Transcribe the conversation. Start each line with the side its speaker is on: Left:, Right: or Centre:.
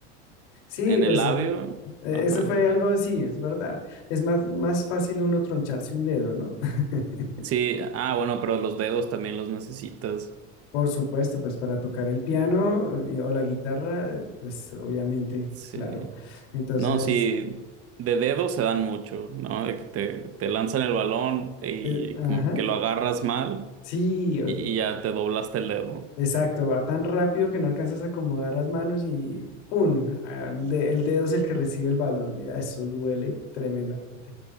Left: Sí,
Right: en
Left: pues
Right: el labio,
Left: eh, eso
Right: ajá.
Left: fue algo, sí, es verdad. Es más, más fácil uno troncharse un dedo, ¿no? <laughs>
Right: Sí, ah, bueno, pero los dedos también los necesitas.
Left: Por supuesto, pues para tocar el piano eh, o la guitarra, eh, pues obviamente,
Right: Sí.
Left: claro. Entonces,
Right: No, sí, de dedo se dan mucho, ¿no? De que te, te lanzan el balón y
Left: eh, ajá,
Right: como que lo agarras mal
Left: sí,
Right: y, y ya te doblaste el dedo.
Left: Exacto, va tan rápido que no alcanzas a acomodar las manos y ¡pum! al de- El, dedo es el que recibe el balón. y Eso duele tremendamente.